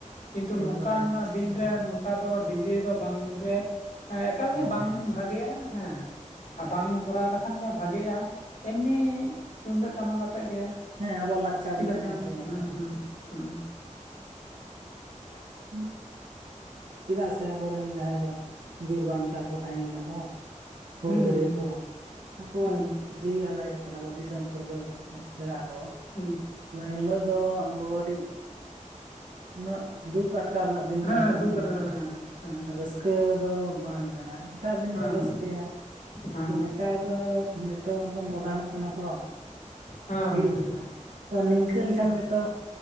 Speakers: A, on the left (about 75°); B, on the right (about 80°).
A: ᱠᱤᱱᱛᱩ ᱱᱚᱝᱠᱟᱱ
B: ᱠᱚᱨᱮ
A: ᱫᱤᱱᱨᱮ
B: ᱦᱮᱸ
A: ᱱᱚ ᱠᱟ ᱫᱚ ᱰᱤᱡᱮ ᱫᱚ ᱵᱟᱝᱜᱮ ᱦᱮᱸ ᱮᱠᱟᱞ
B: ᱦᱮᱸ
A: ᱜᱮ ᱵᱟᱝ ᱵᱷᱟᱜᱮᱜᱼᱟ ᱦᱮᱸ ᱟᱨ ᱵᱟᱝ ᱠᱚᱨᱟᱣ ᱞᱮᱠᱷᱟᱱ ᱜᱮ ᱵᱷᱟᱜᱮᱜᱼᱟ ᱮᱢᱱᱤ ᱛᱩᱢᱫᱟᱹᱜ ᱴᱟᱢᱟᱠ ᱟᱛᱮᱫ ᱜᱮ
B: ᱦᱮᱸ ᱟᱵᱚᱣᱟᱜ ᱞᱟᱠᱪᱟᱨ
A: ᱞᱠᱛᱤ
B: ᱨᱮᱱᱟᱜ
A: ᱞᱮᱠᱷᱟᱱ
B: ᱮᱱᱮᱡ ᱥᱮᱨᱮᱧ
A: ᱦᱩᱸ
B: ᱦᱮᱱᱟᱜᱼᱟ
A: ᱦᱩᱸ ᱦᱩᱸ
B: ᱦᱩᱸ ᱪᱮᱫᱟᱜ ᱥᱮ ᱟᱵᱚᱨᱮᱱ ᱡᱟᱦᱟᱸᱭ ᱫᱚ ᱵᱤᱨ ᱵᱟᱱᱴᱟ ᱠᱚ ᱛᱟᱦᱮᱸ ᱠᱟᱱᱟ ᱠᱚ ᱦᱩᱞ
A: ᱦᱩᱸ
B: ᱜᱟᱹᱨᱤᱭᱟᱹ ᱠᱚ ᱟᱠᱚᱣᱟᱜ
A: ᱦᱩᱸ
B: ᱡᱤᱣᱤ ᱟᱞᱟᱭ ᱠᱟᱛᱮᱫ ᱟᱵᱚ ᱫᱤᱥᱚᱢ ᱯᱷᱩᱨᱜᱟᱹᱞ ᱞᱮᱫᱟ ᱠᱚ
A: ᱦᱩᱸ
B: ᱮᱱᱟᱦᱤᱞᱚᱜ ᱫᱚ ᱟᱵᱚ ᱠᱟᱹᱴᱤᱡ ᱩᱱᱟᱹᱜ ᱫᱩᱠᱷ ᱟᱴ ᱮᱴᱟᱜ ᱨᱮᱱᱟᱜ ᱫᱤᱱ
A: ᱦᱮᱸ
B: ᱠᱟᱱ ᱛᱟᱵᱚᱱᱟ
A: ᱫᱩᱠ
B: ᱚᱱᱟ
A: ᱨᱮᱱᱟᱜ
B: ᱨᱟᱹ ᱨᱟᱹᱥ
A: ᱦᱮᱸ ᱦᱮᱸ
B: ᱨᱟᱹᱥᱠᱟᱹ ᱫᱚ ᱵᱟᱝ ᱠᱟᱱᱟ ᱮᱴᱟᱜ ᱫᱤᱱ
A: ᱦᱮᱸ
B: ᱵᱚᱱ ᱨᱟᱹᱥᱠᱟᱹᱭᱟ
A: ᱦᱮᱸ
B: ᱱᱮᱛᱟᱨ ᱫᱚ ᱛᱚ ᱜᱮᱠᱚ ᱢᱚᱰᱟᱨᱱᱚᱜ ᱠᱟᱱᱟ ᱠᱚ
A: ᱦᱮᱸ
B: ᱦᱤᱲᱤᱧ
A: ᱦᱮᱸ
B: ᱱᱤᱝᱠᱟᱹ ᱞᱮᱠᱷᱟᱱ ᱜᱮᱛᱚ